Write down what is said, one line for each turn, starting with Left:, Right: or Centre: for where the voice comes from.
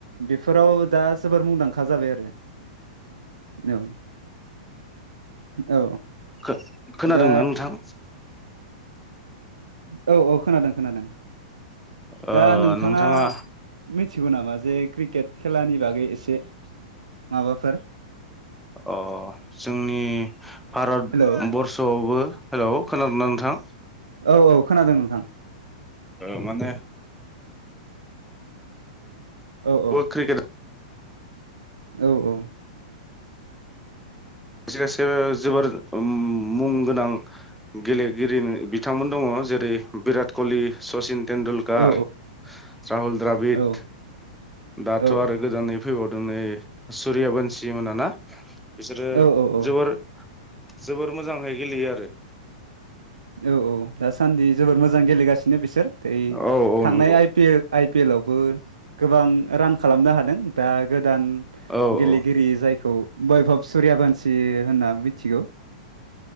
Right: बेफोराव दा जोबोर मुंदांखा जाबाय आरो औ। औ
Centre: खो-खोनादोंना
Right: दा
Centre: नोंथां?
Right: औ औ खोनादों खोनादों
Centre: ओ
Right: दा नोंथांङा
Centre: नोंथाङा
Right: मिथिगौ नामा जे क्रिकेट खेलानि बागै एसे माबाफोर
Centre: अ जोंनि भारत
Right: हेलौ
Centre: बरर्स'आवबो हेल' खोनादोंना नोंथां
Right: औ औ खोनादों नोंथां
Centre: ओ माने
Right: औ
Centre: <unintelligible>
Right: औ
Centre: क्रिकेट
Right: औ औ
Centre: खायसे खायसे जोबोर मुं गोनां गेलेगिरि बिथांमोन दंङ। जेरै बिराट कहलि सचिन टेन्डुलकार
Right: औ
Centre: राहुल द्राबिद
Right: औ
Centre: दाथ'
Right: औ
Centre: आरो गोजानै फैबाव नै सुरिया बानसि मोन ना बिसोरो
Right: औ औ औ
Centre: जोबोर जोबोर मोजांहै गेलेयो आरो
Right: औ औ दासान्दि जोबोर मोजां गेलेगासिनो बिसोर
Centre: औ औ
Right: थांनाय
Centre: नंगौ
Right: I P L I P L आवबो गोबां रान खालामनो हादों दा गोदो गोदान
Centre: औ
Right: गेलेगिरि
Centre: औ
Right: जायखौ बैभब सुरिया बानसि होनना मिथिगौ